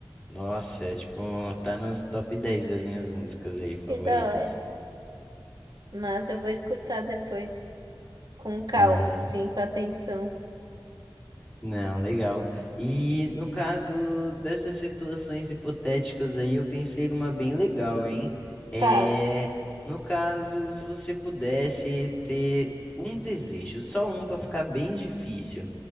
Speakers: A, on the left; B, on the right.
A: Nossa, é, tipo, tá nos top 10 das minhas músicas aí favoritas.
B: que da hora. Massa, eu vou escutar depois, com calma,
A: Aham.
B: assim, com atenção.
A: Não, legal. E no caso dessas situações hipotéticas aí, eu pensei numa bem legal, hein? É,
B: Fala.
A: no caso, se você pudesse ter um desejo, só um para ficar bem difícil,